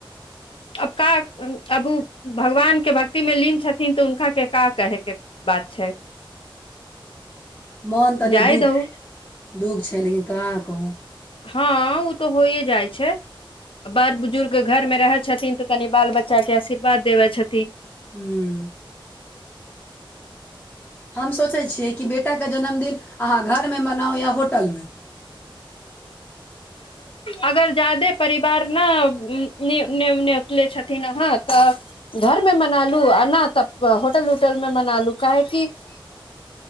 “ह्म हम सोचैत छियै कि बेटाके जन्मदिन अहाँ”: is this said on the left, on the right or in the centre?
Left